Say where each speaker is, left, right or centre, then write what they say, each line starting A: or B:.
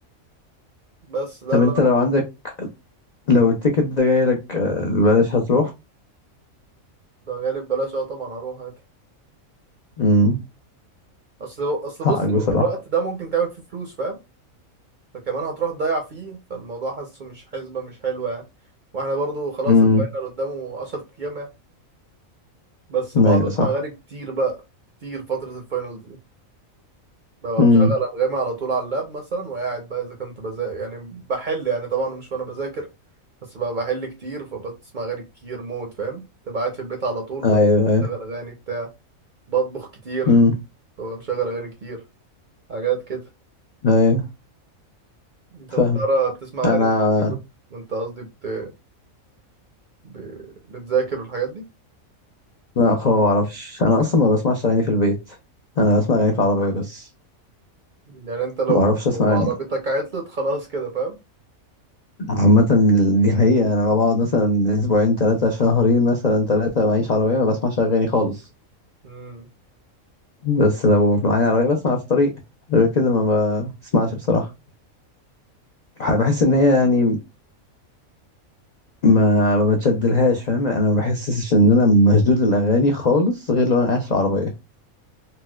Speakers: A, on the right (about 50°); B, on the left (about 55°).
A: بس ده
B: طب
A: اللي
B: أنت
A: أنا-
B: لو عندك لو التيكت ده جاي لك آه، بلاش هتروح؟
A: ده غالب بلاش اه طبعا هروح عادي
B: امم
A: اصل اصل
B: حقك
A: بص الو-
B: بصراحة
A: الوقت ده ممكن تعمل فيه فلوس فاهم فكمان هتروح تضيع فيه فالموضوع حاسه مش حسبة مش حلوة يعني واحنا برضو خلاص
B: امم
A: الفاينل قدامه 10 ايام يعني بس بقعد
B: أيوة
A: اسمع
B: صح
A: اغاني كتير بقى كتير فترة الفاينل دي ببقى
B: امم
A: مشغل انغامي على طول على اللاب مثلا وقاعد بقى اذا كنت بذاكر يعني بحل يعني طبعا مش وانا بذاكر بس بقى بحل كتير فبسمع اغاني كتير موت فاهم تبقى قاعد في البيت على طول
B: أيوة
A: فبشغل
B: أيوة
A: اغاني بتاع بطبخ كتير
B: امم
A: ببقى مشغل اغاني كتير حاجات كده
B: أيوة
A: انت
B: فاهم
A: بترى بتسمع اغاني
B: أنا
A: وانت بتاكل وانت قصدي بت... ب... بتذاكر والحاجات دي
B: لا خالص ما اعرفش انا اصلا ما بسمعش اغاني في البيت انا بسمع اغاني في العربيه بس
A: يعني انت لو
B: ما اعرفش اسمع
A: عربيتك
B: أغاني.
A: عطلت خلاص كده فاهم
B: عامه دي حقيقه انا بقعد مثلا اسبوعين ثلاثه شهرين مثلا ثلاثه معيش عربيه ما بسمعش اغاني خالص
A: امم
B: بس لو معايا عربيه بسمع في الطريق غير كده ما بسمعش بصراحه ح- بحس ان هي يعني ما ما بتشدلهاش فاهم انا ما بحسش ان انا مشدود للاغاني خالص غير لو انا قاعد في العربيه